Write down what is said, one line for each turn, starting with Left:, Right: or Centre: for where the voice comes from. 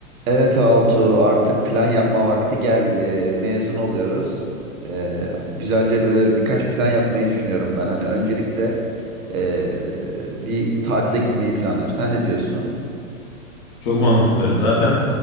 Right: Evet Altuğ artık plan yapma vakti geldi. Mezun oluyoruz. Ee, güzelce böyle birkaç plan yapmayı düşünüyorum ben. Hani öncelikle ee, bir tatile gitmeyi planlıyorum. Sen ne diyorsun?
Left: Çok mantıklı. Zaten